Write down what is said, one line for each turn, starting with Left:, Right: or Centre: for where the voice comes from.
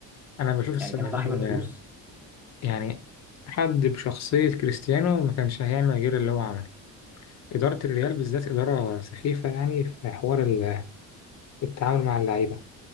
Left: أنا بشوف الصراحة
Centre: يعني كان يضحي
Left: إن
Centre: بالفلوس
Left: يعني حد بشخصية كريستيانو ما كانش هيعمل غير اللي هو عمله إدارة الريال بالذات إدارة سخيفة يعني في حوار ال- التعامل مع اللعيبة